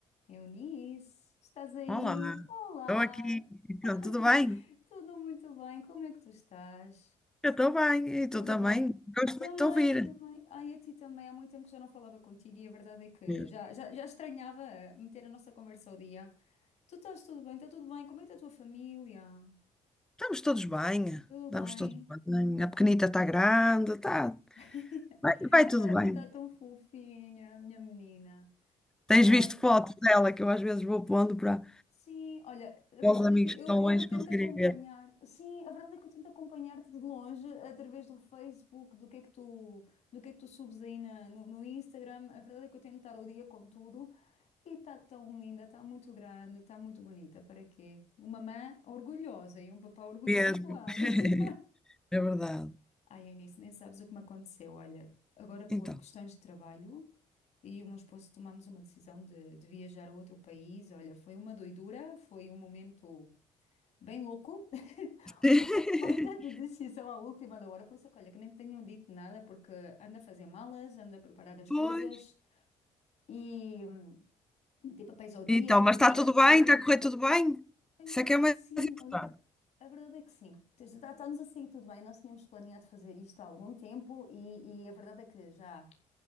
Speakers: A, on the left (about 65°); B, in the centre.
A: Eunice, estás aí?
B: Olá,
A: Olá!
B: estou aqui. Então,
A: <laughs>
B: tudo bem?
A: Tudo muito bem? Como é que tu estás?
B: Eu estou bem, e
A: Tudo
B: tu também?
A: bem?
B: Gosto
A: Também,
B: muito de te ouvir.
A: também. Ai, a ti também. Há muito tempo que já não falava contigo e a verdade é que
B: mesmo.
A: já, já, já estranhava eh, meter a nossa conversa ao dia. Tu estás tudo bem? Está tudo bem? Como é que está a tua família?
B: Estamos todos bem,
A: Tudo
B: estamos
A: bem?
B: todos bem. A pequenita está grande, tá,
A: <laughs>
B: vai,
A: Está,
B: vai tudo
A: está
B: bem.
A: tão fofinha, minha menina.
B: Tens
A: Olha.
B: visto fotos dela que eu às vezes vou pondo para,
A: Sim, olha, a
B: para
A: verdade
B: os amigos
A: é que eu,
B: que estão
A: eu
B: longe
A: tento
B: conseguirem
A: acompanhar,
B: ver.
A: sim, a verdade é que eu tento acompanhar-te de longe através do Facebook, do que é que tu, do que é que tu subes aí na- no, no Instagram. A verdade é que eu tento estar ao dia com tudo e está tão linda, está muito grande, está muito bonita. Para quê? Uma mãe orgulhosa e um papá orgulhoso
B: Mesmo.
A: igual.
B: <laughs>
A: <laughs>
B: É verdade.
A: Ai, Eunice, nem sabes o que me aconteceu. Olha, agora por
B: Então.
A: questões de trabalho. E o meu esposo tomamos uma decisão de, de viajar a outro país. Olha, foi uma doidura, foi um momento bem louco, <laughs>
B: <laughs>
A: uma tomada de decisão à última da hora. Por isso é que, olha, que nem tenham dito nada, porque anda a fazer malas, anda a preparar as
B: Pois.
A: coisas e hum, meter papéis ao dia,
B: Então,
A: preparar
B: mas está tudo
A: tudo.
B: bem? Está a correr tudo bem?
A: Tenho-te
B: Isso é
A: a dizer
B: que é mais
A: que sim,
B: importante.
A: olha, tá- a verdade é que sim. Está-nos a sair tudo bem, nós tínhamos planeado fazer isto há algum tempo e, e a verdade é que já